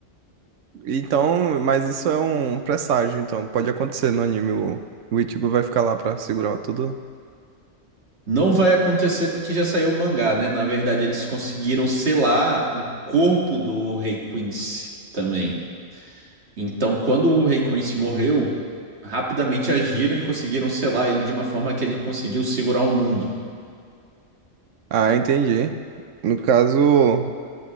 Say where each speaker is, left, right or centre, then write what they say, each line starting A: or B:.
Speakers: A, on the right; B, on the right.
A: Então, mas isso é um presságio, então pode acontecer no anime. O, o Ichigo vai ficar lá pra segurar tudo.
B: Não vai acontecer porque já saiu o mangá, né? Na verdade, eles conseguiram selar o corpo do Rei Quincy também. Então, quando o Rei Quincy morreu, rapidamente agiram e conseguiram selar ele de uma forma que ele conseguiu segurar o mundo.
A: Ah, entendi. No caso,